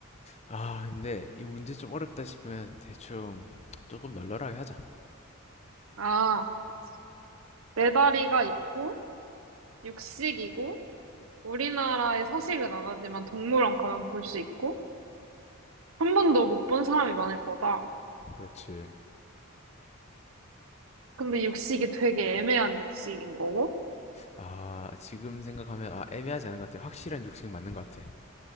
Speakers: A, on the left; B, on the right.
A: 아, 근데 이 문제 좀 어렵다 싶으면 대충 조금 널널하게 하자.
B: 아, 알았어. 네 다리가 있고, 육식이고, 우리나라에 서식은 안 하지만 동물원 가면 볼 수 있고, 한 번도 못 본 사람이 많을 거다.
A: 그렇지.
B: 근데 육식이 되게 애매한 육식인 거고,
A: 아, 지금 생각하면 아, 애매하지 않은 것 같아. 확실한 육식 맞는 것 같아.